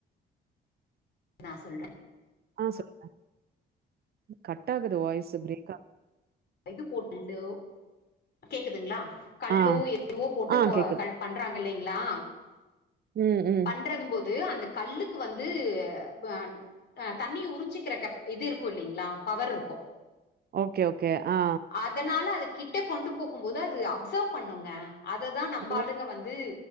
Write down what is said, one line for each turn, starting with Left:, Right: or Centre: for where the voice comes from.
Left: நா சொல்றே
Right: ஆ சொல்லுங்க கட் ஆகுது வாய்ஸ் ப்ரேக்
Left: இது போட்டுண்டு கேக்குதுங்களா கல்லோ
Right: ஆ,
Left: எதுவோ போட்டு
Right: ஆ
Left: போ
Right: கேக்குது.
Left: பண்றாங்க இல்லங்க லா
Right: ம், ம்.
Left: பண்றதம்போது அந்த கல்லுக்கு வந்து ஆ தண்ணி உறிஞ்சிக்கிற கெப் இது இருக்கு இல்லீங்களா பவர் இருக்கு
Right: ஓகே ஓகே ஆ
Left: அதனால அது கிட்ட கொண்டு போகும் போது அது அப்சர்வ் பண்ணுங்க அத தா நம்ப
Right: ஓ!
Left: ஆளுங்க வந்து